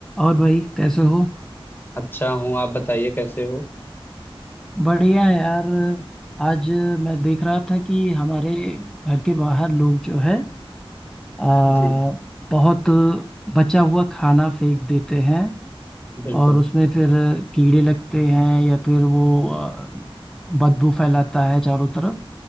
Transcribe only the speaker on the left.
अच्छा हूँ आप बताइए कैसे हो
जी
बिल्कुल